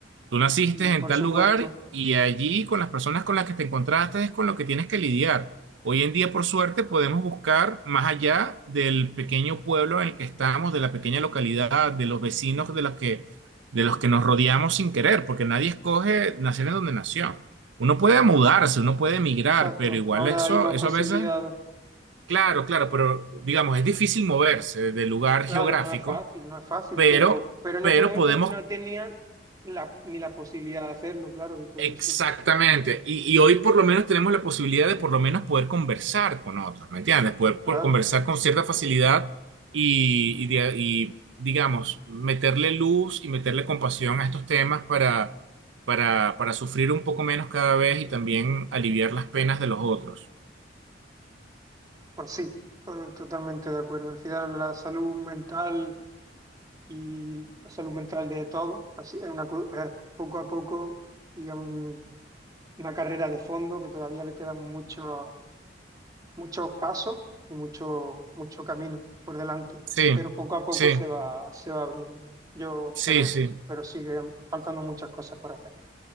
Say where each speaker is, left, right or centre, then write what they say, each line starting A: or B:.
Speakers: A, on the right (about 90°); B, on the right (about 20°).
A: Tú naciste
B: Sí, por
A: en tal
B: supuesto.
A: lugar y allí con las personas con las que te encontraste es con lo que tienes que lidiar. Hoy en día, por suerte, podemos buscar más allá del pequeño pueblo en el que estamos, de la pequeña localidad, de los vecinos de los que, de los que nos rodeamos sin querer, porque nadie escoge nacer en donde nació. Uno puede mudarse, uno puede emigrar,
B: Exacto.
A: pero igual
B: Ahora
A: eso,
B: hay más
A: eso
B: posibilidades.
A: a veces, claro, claro, pero digamos, es difícil moverse del lugar
B: Claro,
A: geográfico,
B: no es fácil, no es fácil,
A: pero
B: pero, pero en
A: pero
B: ese momento
A: podemos
B: no tenían la, ni la posibilidad de hacerlo, claro, y todo
A: Exactamente.
B: eso.
A: Y, y hoy por lo menos tenemos la posibilidad de por lo menos poder conversar con otros, ¿me entiendes? Poder, poder
B: Claro,
A: conversar con cierta facilidad y, y de- y, digamos, meterle luz y meterle compasión a estos temas para, para, para sufrir un poco menos cada vez y también aliviar las penas de los otros.
B: pues sí, to- totalmente de acuerdo. Al final la salud mental y la salud mental de todos. Así es una, cu- es poco a poco y un- una carrera de fondo que todavía le quedan muchos muchos pasos y mucho, mucho camino por delante,
A: Sí,
B: pero poco a poco
A: sí,
B: se va, se va abriendo. Yo,
A: sí,
B: pero,
A: sí,
B: pero sigue faltando muchas cosas por hacer.